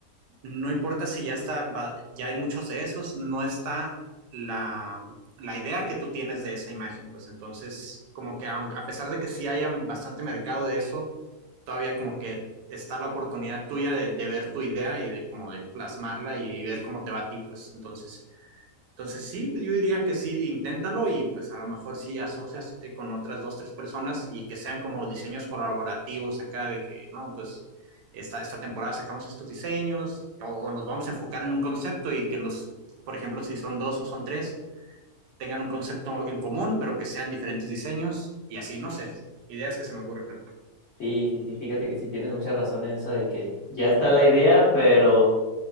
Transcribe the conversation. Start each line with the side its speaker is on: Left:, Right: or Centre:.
Right: no importa si ya está, ya hay muchos de esos, no está la, la idea que tú tienes de esa imagen, pues entonces, como que aun- a pesar de que sí haya bastante mercado de eso, todavía como que está la oportunidad tuya de, de ver tu idea y de como de plasmarla y, y ver cómo te va a ti, pues entonces entonces sí, yo diría que sí, inténtalo y pues a lo mejor sí asóciate con otras dos, tres personas y que sean como diseños colaborativos acá de que, no, pues esta, esta temporada sacamos estos diseños o, o nos vamos a enfocar en un concepto y que los, por ejemplo, si son dos o son tres, tengan un concepto en común, pero que sean diferentes diseños y así, no sé, ideas que se me ocurren.
Left: Sí, sí, sí, fíjate que sí tienes mucha razón en eso de que ya está la idea, pero